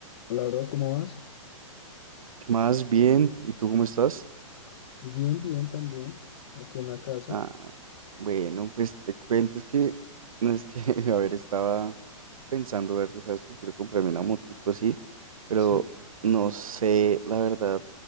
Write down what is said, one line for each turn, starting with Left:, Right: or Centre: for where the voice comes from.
Left: Hola, bro, ¿cómo vas?
Right: ¿Qué más? Bien. ¿Y tú cómo estás?
Left: Bien, bien, también, aquí en la casa.
Right: Ah, bueno, pues te cuento, es que, <laughs> no es que, <laughs> a ver, estaba pensando, ver, tú sabes que quiero comprarme una motico, sí, pero
Left: Sí,
Right: no sé, la verdad,